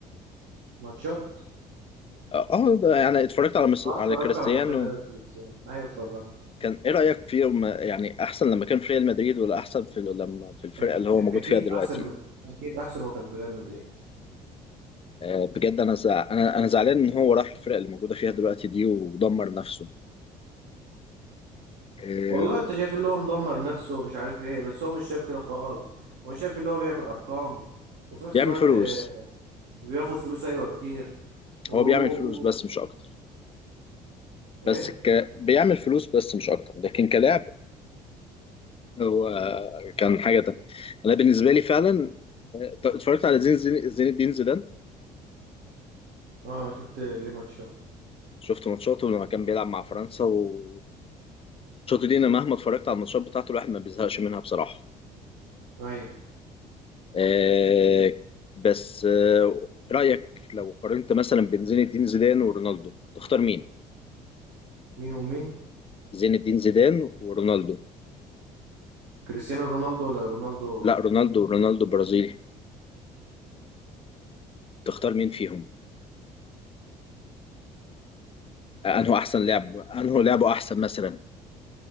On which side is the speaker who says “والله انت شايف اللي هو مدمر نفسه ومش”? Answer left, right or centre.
Right